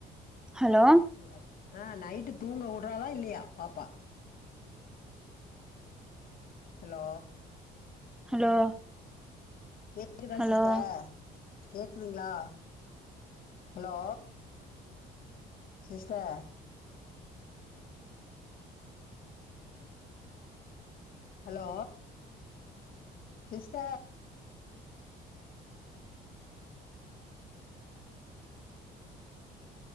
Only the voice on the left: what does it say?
இல்ல ஆ நைட்டு தூங்க வுட்றாலா இல்லையா பாப்பா ஹலோ
க்குதா
சிஸ்ட கேக்குதுங்ளா hello sister hello sister